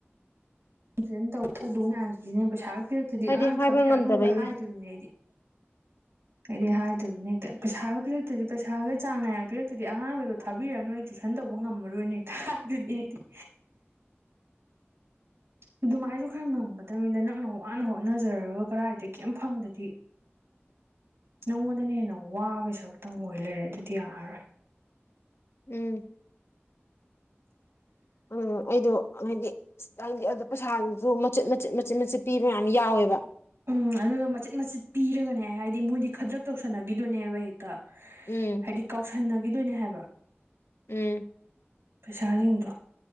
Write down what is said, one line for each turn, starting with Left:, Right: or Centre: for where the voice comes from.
Right: ꯖꯟ ꯇꯧ ꯄꯨꯗꯣ ꯃꯌꯥꯝꯁꯤꯗꯤꯅꯦ ꯄꯩꯁꯥꯒ ꯄꯤꯔꯛꯇꯗꯤ
Left: ꯍꯥꯏꯗꯤ
Right: ꯑꯉꯥꯡ
Left: ꯍꯥꯏꯕ
Right: ꯊꯥꯕꯤꯔꯛꯑꯅꯨꯒ
Left: ꯉꯝꯗꯕꯩꯅꯦ
Right: ꯍꯥꯏꯗꯣꯔꯤꯝꯅꯤ ꯑꯩꯗꯤ꯫ <inaudible> ꯑꯩꯗꯤ ꯍꯥꯏꯗꯣꯔꯤꯝꯅꯤ ꯍꯦꯛꯇ ꯄꯩꯁꯥꯒ ꯄꯤꯔꯛꯇꯗꯤ ꯄꯩꯁꯥꯒ ꯆꯥꯡ ꯅꯥꯏꯅ ꯄꯤꯔꯛꯇꯗꯤ ꯑꯉꯥꯡꯒꯗꯣ ꯊꯥꯕꯤꯔꯛꯑꯅꯨ ꯑꯩ ꯇꯨꯏꯁꯟ ꯇꯧꯕ ꯉꯝꯃꯔꯣꯏꯅ ꯍꯦꯛꯇ ꯍꯥꯏꯗꯣꯏꯅꯦ ꯑꯩꯗꯤ꯫ ꯑꯗꯨꯃꯥꯏꯟꯁꯨ ꯈꯔ ꯉꯝꯒꯗꯕꯅꯤꯗ ꯅꯪꯅ ꯋꯥꯅ ꯍꯣꯠꯅꯖꯔꯒ ꯀꯔꯥꯏꯗꯒꯤ ꯑꯝ ꯐꯪꯗꯗꯤ꯫ ꯅꯉꯣꯟꯗꯅ ꯍꯦꯟꯅ ꯋꯥꯕꯩ ꯁꯔꯨꯛꯇꯪ ꯑꯣꯏ ꯂꯩꯔꯦ ꯑꯗꯨꯗꯤ ꯌꯥꯔꯔꯣꯏ꯫
Left: ꯎꯝ꯫ ꯎꯝ ꯑꯩꯗꯣ ꯍꯥꯏꯗꯤ <unintelligible> ꯑꯗꯣ ꯄꯩꯁꯥꯗꯨꯁꯨ ꯃꯆꯤꯠ ꯃ ꯆꯤꯠ ꯃꯆꯤꯠ ꯃꯆꯤꯠ ꯄꯤꯕ ꯃꯌꯥꯝ ꯌꯥꯎꯋꯦꯕ꯫
Right: ꯎꯝ ꯑꯗꯨꯅ ꯃꯆꯤꯠ ꯃꯆꯤꯠ ꯄꯤꯔꯒꯅꯦ ꯍꯥꯏꯗꯤ ꯃꯣꯏꯗꯤ ꯈꯗ꯭ꯔꯛ ꯇꯧꯁꯟꯅꯒꯤꯗꯨꯏꯅꯦꯕ ꯍꯦꯛꯇ꯫
Left: ꯎꯝ
Right: ꯍꯥꯏꯗꯤ ꯀꯥꯎꯁꯟꯅꯈꯤꯗꯣꯏꯅꯦ ꯍꯥꯏꯕ
Left: ꯎꯝ
Right: ꯄꯩꯁꯥꯁꯤꯡꯗꯣ